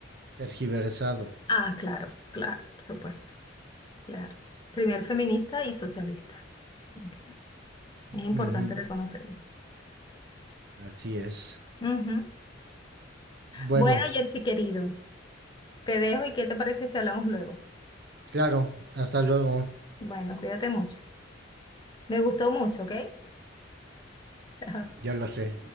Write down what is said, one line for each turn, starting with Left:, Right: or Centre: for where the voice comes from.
Right: tergiversado.
Left: Ah, claro, claro, por supuesto, claro. Primer feminista y socialista. Ok. Es importante
Right: Ujú,
Left: reconocer eso.
Right: Así es.
Left: Ujú.
Right: Bueno,
Left: Bueno, Jersey querido, te dejo y ¿qué te parece si hablamos luego?
Right: claro, hasta luego,
Left: Bueno, cuídate mucho. Me gustó mucho, ¿ok? Chao.
Right: ya lo sé.